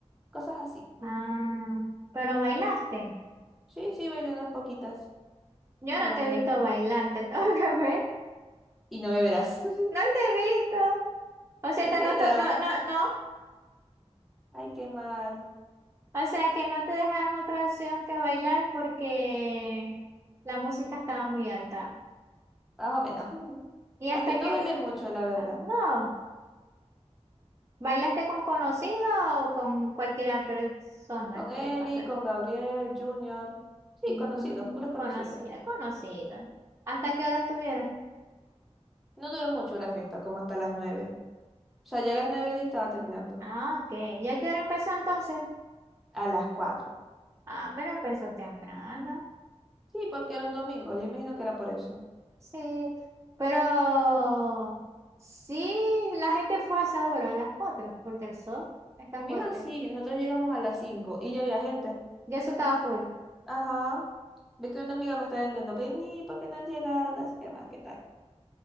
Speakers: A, in the centre; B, on the right.
A: cosas así.
B: Ah, pero bailaste.
A: Sí, sí, bailé unas poquitas.
B: Yo
A: Estuvo
B: no te
A: bien.
B: he visto bailar, te <laughs> tengo que ver.
A: Y no beberás? <laughs>
B: No te he visto. O sea,
A: ¿En
B: te
A: serio?
B: no, to- no, no, no.
A: Ay, qué mal.
B: O sea, que no te dejaron otra opción que bailar porque la música estaba muy alta.
A: Más o menos. <laughs>
B: Y hasta
A: Aunque no
B: que,
A: bailé mucho, la verdad.
B: ah, no, bailaste con conocido o con cualquier persona
A: Con Eric,
B: que pasó.
A: con Gabriel, Junior. Sí,
B: Mm,
A: conocidos, puros conocidos.
B: conocida, conocida. ¿Hasta qué hora estuvieron?
A: No duró mucho la fiesta, como hasta las nueve. O sea, ya a las nueve ya estaba terminando.
B: Ah, ok. ¿Ya qué hora empezó entonces?
A: A las cuatro.
B: Ah, pero empezó temprano.
A: Sí, porque era un domingo. Yo imagino que era por eso.
B: Sí. Pero sí, la gente fue a esa hora, a las 4 porque el sol está
A: Y
B: fuerte.
A: mi hija sí, nosotros llegamos a las cinco y ya había gente.
B: Ya eso estaba full.
A: Ajá. Ve que una amiga me está enviando, vení, ¿por qué no han llegado? No sé qué más, qué tal.